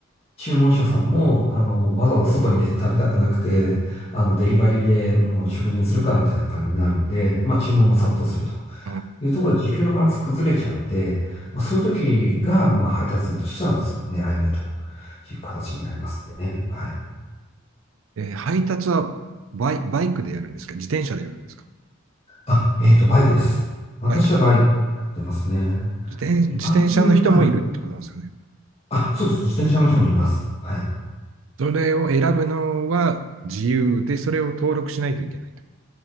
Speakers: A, on the left; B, on the right.
A: 注文者さんも、あの、わざわざ外に出て食べたくなくて、あの、デリバリーでもう食事にするか、みたいな感じになるんで、まあ、注文も殺到すると
B: あ
A: いうところで、需給のバランス崩れちゃうんで、まあ、そういう時が、まあ、配達員としては、すごく狙い目という形になりますね。はい。
B: えー配達はバイ、バイクでやるんですか自転車でやるんですか
A: あ、えっと、バイクです。私はバイクやってますね。
B: バイクで。自転、
A: 一般的に、
B: 自転車の人もいるってことなんですかね。
A: はい。あ、そうです。自転車の人もいます。はい。
B: それを選ぶのは自由で、それを登録しないといけないと。